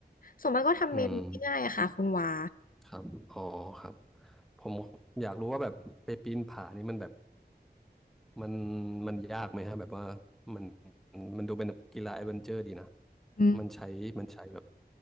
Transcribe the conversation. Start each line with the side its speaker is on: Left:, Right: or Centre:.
Left: ส่วนมากก็ทำเมนูง่ายๆอะค่ะคุณวา
Centre: อืมครับอ๋อครับผมอยากรู้ว่าแบบไปปีนผานี่มันแบบมันมันยากไหมฮะแบบว่ามันมันดูเป็นกีฬาแอดเวนเจอร์ดีนะ
Left: อืม
Centre: มันใช้มันใช้แบบ